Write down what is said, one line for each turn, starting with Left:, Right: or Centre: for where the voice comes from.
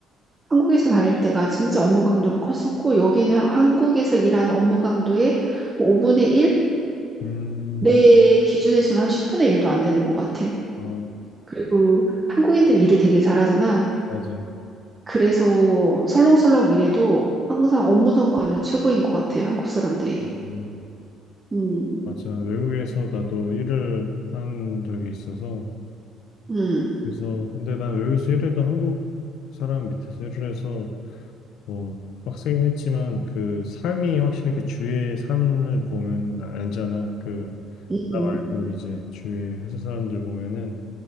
Right: 한국에서 다닐 때가 진짜 업무 강도는 컸었고, 여기는 하- 한국에서 일하는 업무 강도의 뭐 5분의 1?
Left: 음,
Right: 내 기준에서는 한 10분의 1도 안 되는 것 같아.
Left: 어,
Right: 그리고 한국인들이 일을 되게 잘하잖아.
Left: 맞아.
Right: 그래서 설렁설렁 일해도 항상 업무 성과는 최고인 것 같아, 한국 사람들이.
Left: 음,
Right: 음,
Left: 맞아. 외국에서 나도 일을 한 적이 있어서,
Right: 음,
Left: 그래서, 근데 난 외국에서 일해도 한국 사람 밑에서 일을 해서, 뭐, 빡세긴 했지만, 그 삶이 확실히 그 주위의 삶을 보면은 알잖아. 그,
Right: 음,
Left: 나 말고
Right: 음.
Left: 이제 주위 회사 사람들 보면은,